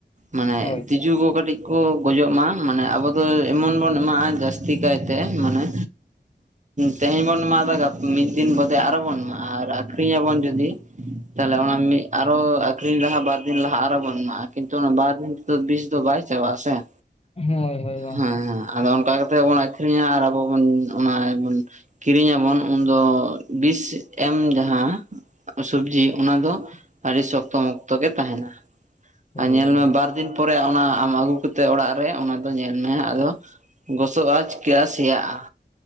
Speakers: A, on the right; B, on the left.
A: ᱢᱟᱱᱮ
B: ᱦᱳᱭ
A: ᱛᱤᱡᱩ ᱠᱚ ᱠᱟᱹᱴᱤᱡ ᱠᱚ ᱜᱚᱡᱚᱜ ᱢᱟ᱾ ᱢᱟᱱᱮ ᱟᱵᱚ ᱫᱚ ᱮᱢᱚᱱ ᱵᱚᱱ ᱮᱢᱟᱜᱼᱟ ᱡᱟᱹᱥᱛᱤ ᱠᱟᱭᱛᱮ ᱢᱟᱱᱮ ᱛᱮᱦᱮᱧ ᱵᱚᱱ ᱮᱢᱟ ᱫᱟ ᱜᱟ ᱢᱤᱫ ᱫᱤᱱ ᱵᱫᱮ ᱟᱨᱚ ᱵᱚᱱ ᱮᱢᱟ ᱟᱨ ᱟᱠᱷᱨᱤᱧᱟᱵᱚᱱ ᱡᱩᱫᱤ, ᱛᱟᱦᱚᱞᱮ ᱚᱱᱟ ᱟᱨᱚ ᱟᱠᱷᱨᱤᱧ ᱞᱟᱦᱟ ᱵᱟᱨᱫᱤᱱ ᱞᱟᱦᱟ ᱟᱨᱚ ᱵᱚᱱ ᱮᱢᱟᱜᱼᱟ ᱠᱤᱱᱛᱩ ᱚᱱᱟ ᱵᱟᱨᱫᱤᱱ ᱛᱮᱫᱚ ᱵᱤᱥ ᱵᱟᱭ ᱪᱟᱵᱟᱥᱮ
B: ᱦᱳᱭ ᱦᱳᱭ ᱜᱚᱝᱠᱮ
A: ᱦᱮᱸ ᱾ ᱟᱫᱚ ᱚᱱᱠᱟ ᱠᱟᱛᱮᱜ ᱵᱚᱱ ᱟᱠᱷᱨᱤᱧᱟ ᱟᱨ ᱟᱵᱚ ᱵᱚᱱ ᱚᱱᱟ ᱵᱚᱱ ᱠᱤᱨᱤᱧᱟᱵᱚᱱ ᱩᱱᱫᱚ ᱵᱤᱥ ᱮᱢ ᱡᱟᱦᱟᱸ ᱥᱚᱵᱡᱤ ᱚᱱᱟ ᱫᱚ ᱟᱹᱰᱤ ᱥᱚᱠᱛᱚ ᱢᱚᱠᱛᱚ ᱜᱮ ᱛᱟᱦᱮᱸᱱᱟ
B: ᱦᱳᱭ
A: ᱟᱨ ᱧᱮᱞ
B: ᱦᱳᱭ
A: ᱢᱮ ᱵᱟᱨ ᱫᱤᱱ ᱛᱮ ᱚᱱᱟ ᱟᱢ ᱟᱹᱜᱩ ᱠᱟᱛᱮᱫ ᱚᱲᱟᱜ ᱨᱮ ᱚᱱᱟ ᱫᱚ ᱧᱮᱞ ᱢᱮ ᱟᱫᱚ ᱜᱚᱥᱚᱜᱼᱟ ᱪᱤᱠᱟᱹᱜᱼᱟ ᱥᱮᱭᱟᱜᱼᱟ᱾